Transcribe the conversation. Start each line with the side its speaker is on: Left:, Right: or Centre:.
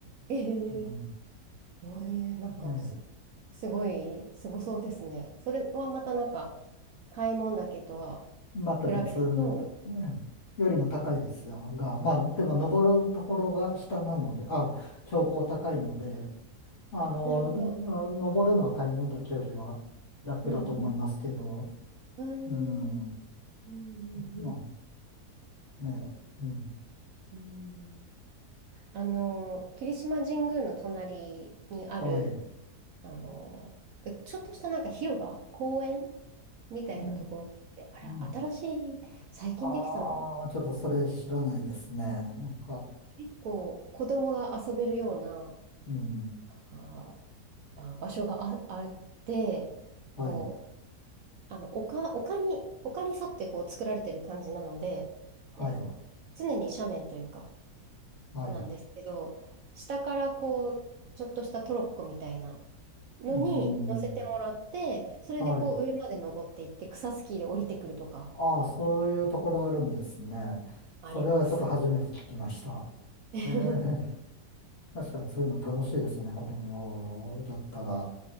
Right: え
Left: うん。
Right: えおえなんかす、
Left: ええ。
Right: すごい、すごそうですね。それはまたなんか、買い物だけとは
Left: また別の、
Right: 比べると、
Left: ねよりも高いですが、まあ、でも登るところが下なので、あ、標高高いので、あの、
Right: なるほど。
Left: の登るのは買い物だけよりは楽だと思いますけど、
Right: うんうん。うん
Left: うん、
Right: うんうん
Left: まあね、うん、
Right: うんうんあの、霧島神宮の隣にある、
Left: はい。う
Right: あの、でちょっとしたなんか広場、公園みたいなところって、
Left: ー
Right: あれは新しい、
Left: ん、
Right: 最近できたのかな。
Left: ああ、ちょっとそれ知らないですね。なんか、
Right: 結構子供が遊べるような、
Left: うん、
Right: ああ、場所があ、あって、
Left: はい、
Right: こう、あの、丘、丘に、丘に沿ってこう作られてる感じなので、あの、
Left: はい、
Right: 常に斜面というか、
Left: はい、
Right: なんですけど、
Left: う
Right: 下からこう、ちょっとしたトロッコみたいなのに乗せてもらって、
Left: ーん、
Right: それでこう上まで登っていって、
Left: はい。
Right: 草スキーで降りてくるとか
Left: ああ、そういうところあるんですね。
Right: あります。
Left: それはちょっと初めて聞きました。
Right: <laughs>
Left: ええ、<laughs> 確かにそういうの楽しいですよね。子供だったら。